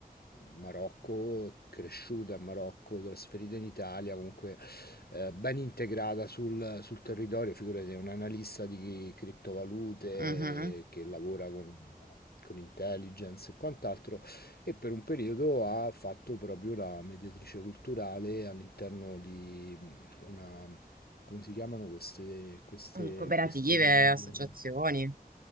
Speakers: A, on the left; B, on the right.
A: in Marocco, cresciuta in Marocco, trasferita in Italia, comunque eh, ben integrata sul, sul territorio, figurati, è un analista di criptovalute
B: mhm.
A: che lavora con, con intelligence e quant'altro, e per un periodo ha fatto proprio la mediatrice culturale all'interno di una, come si chiamano queste, queste,
B: Cooperative,
A: questi luoghi?
B: associazioni,